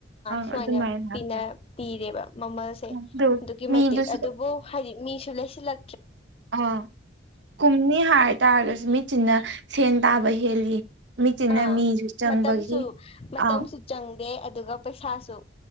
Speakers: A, on the right; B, on the left.
A: ꯑꯪ
B: ꯁꯨꯃꯥꯏꯅ
A: ꯑꯗꯨꯃꯥꯏꯅ ꯍꯥꯞꯄꯦ
B: ꯄꯤꯅ ꯄꯤꯔꯦꯕ ꯃꯃꯜꯁꯦ
A: ꯑꯗꯨ
B: ꯑꯗꯨꯀꯤ
A: ꯃꯤꯗꯨꯁꯨ
B: ꯃꯇꯤꯛ ꯑꯗꯨꯕꯨ ꯍꯥꯏꯗꯤ ꯃꯤꯁꯨ ꯂꯩꯁꯤꯜꯂ
A: ꯎꯝ ꯀꯨꯝꯅꯤ ꯍꯥꯏꯇꯥꯥꯔꯒꯁꯨ ꯃꯤꯠꯆꯤꯟꯅ ꯁꯦꯟ ꯇꯥꯕ ꯍꯦꯜꯂꯤ ꯃꯦꯆꯤꯟꯅ
B: ꯑꯥ
A: ꯃꯤꯁꯨ ꯆꯪꯕꯒꯤ
B: ꯃꯇꯝꯁꯨ ꯃꯇꯝꯁꯨꯨ
A: ꯑꯪ
B: ꯆꯪꯗꯦ ꯑꯗꯨꯒ ꯄꯩꯁꯥꯁꯨ